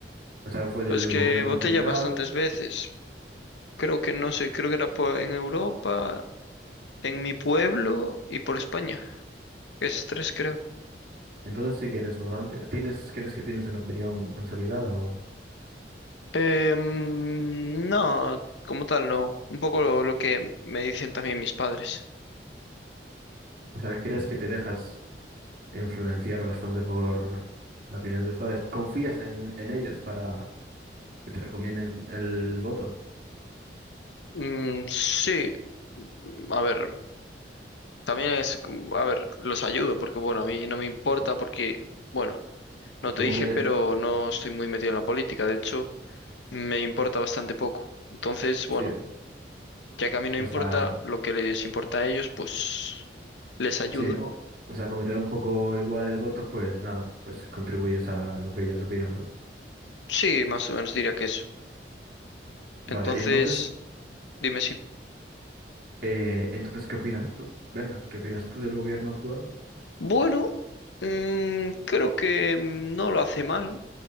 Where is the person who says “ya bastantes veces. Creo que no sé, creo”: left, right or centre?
Left